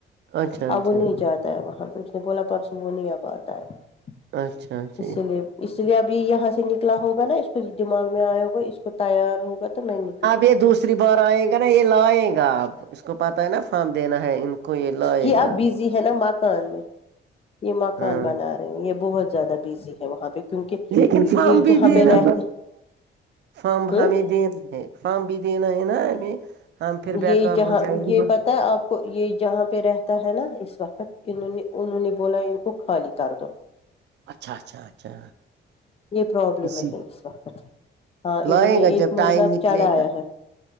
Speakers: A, on the right; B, on the left.
A: اچھا اچھا
B: اب وہ نہیں جاتا ہے وہاں تو اس نے بولا پرسوں وہ نہیں اب آتا ہے
A: اچھا اچھا اچھا
B: اسی لیے اس لیے ابھی یہاں سے نکلا ہوگا نا اس کو دمغ میں آیا ہوا اس کو تیار ہوگا تو نہیں نک
A: اپ یہ دوسری بار آئیں گا نا یہ لائے گا آپ اس کو پتہ ہے نا فارم دینا ہے ان کو کوئی آئے
B: یہ اب
A: گا
B: بزی ہے نا مکان میں یہ مکان
A: ہاں
B: بنا رہے یہ بہت زیادہ بزی ہے وہاں پہ کیونکہ
A: لیکن سمب
B: یہ
A: بھی
B: جہاں
A: دینا
B: پہ رہتے
A: سمب
B: ہوں
A: ہمیں دینا ہے فارم بھی دینا ہے نا ایں ہم پھر
B: یہ
A: بیکار
B: جہاں
A: ہو جائےیں
B: یہ
A: گی
B: پتہ ہے آپ کو یہ جہاں پہ رہتا ہے نا اس وقت انہوں نے انہوں نے بولا ان کو خالی کر دو
A: اچھا اچھا اچھا
B: یہ پرابلم
A: اسی
B: ہے اس وقت ہاں
A: لائے
B: انہوں نے
A: گا
B: ایک
A: جب
B: میلہب
A: ٹائم نکلے
B: چڑھایا
A: گا
B: ہے